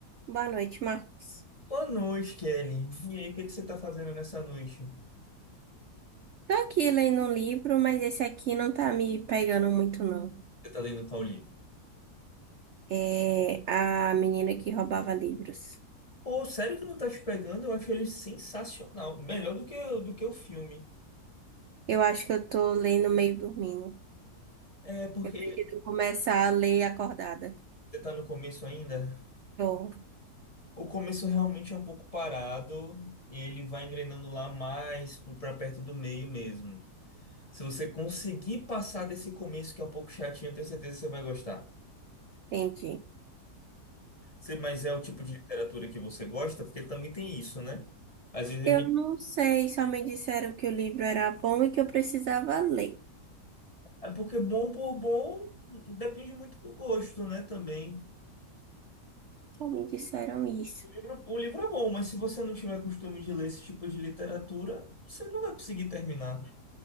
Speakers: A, on the right (about 65°); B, on the left (about 25°).
A: Boa noite, Marcos.
B: Boa noite, Kelly. E aí, o que que você tá fazendo nessa noite?
A: Tô aqui lendo um livro, mas esse aqui não tá me pegando muito, não.
B: Você tá lendo qual livro?
A: É A Menina que Roubava Livros.
B: Pô, sério que não tá te pegando? Eu acho ele sensacional. Melhor do que, do que o filme.
A: Eu acho que eu tô lendo meio dormindo.
B: É porque
A: Eu preciso começar a ler acordada.
B: você tá no começo ainda.
A: Tô,
B: O começo realmente é um pouco parado. E ele vai engrenando lá mais pro- pra perto do meio mesmo. Se você conseguir passar desse começo que é um pouco chatinho, eu tenho certeza que você vai gostar.
A: entendi.
B: Você- Mas é o tipo de literatura que você gosta? Porque também tem isso, né? Às vezes
A: Eu
B: a
A: não sei, só me disseram que o livro era bom e que eu precisava ler.
B: É porque bom por bom depende muito do gosto, né, também.
A: Só me disseram isso.
B: O livro, o livro é bom, mas se você não tiver costume de ler esse tipo de literatura, você não vai conseguir terminar.